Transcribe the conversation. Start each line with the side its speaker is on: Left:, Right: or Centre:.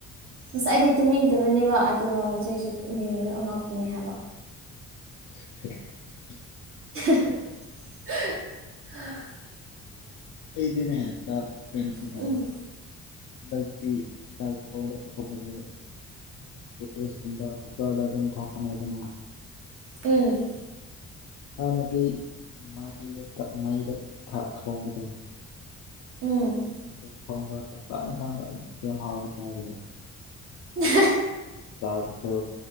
Right: ꯉꯁꯥꯏꯗꯤ ꯇꯨꯝꯅꯤꯡꯗꯕꯅꯦꯕ ꯑꯗꯨꯒ ꯍꯧꯖꯤꯛꯁꯦ ꯇꯨꯝꯅꯤꯡꯉꯦ ꯑꯉꯥꯛꯄꯅꯦ ꯍꯥꯏꯕ
Left: <unintelligible>
Right: <unintelligible> <unintelligible>
Left: ꯑꯩꯗꯤꯅꯦ ꯇ ꯀꯩꯅꯣꯗꯣ
Right: ꯎꯝ
Left: ꯍꯟꯗꯛꯇꯤ ꯆꯥꯛ ꯊꯣꯡꯕ ꯈꯣꯠꯄꯁꯦ ꯒꯦꯁ ꯀꯨꯝꯕ ꯀꯨꯀꯔꯗ ꯑꯗꯨꯝ ꯊꯣꯡꯉꯦꯗꯅ
Right: ꯎꯝ
Left: ꯍꯥꯟꯅꯗꯤ ꯃꯥꯏ ꯗ ꯃꯩꯗ ꯊꯥ ꯊꯣꯡꯕꯗꯣ
Right: ꯎꯝ
Left: ꯃꯩꯗ ꯊꯣꯡꯕ ꯆꯥꯛ ꯑꯦꯟꯁꯥꯡꯗꯣ ꯌꯥꯝ ꯍꯥꯎꯕꯅꯦ ꯑꯥꯏꯒꯤꯗꯤ
Right: <unintelligible>
Left: ꯆꯥꯛꯇꯣ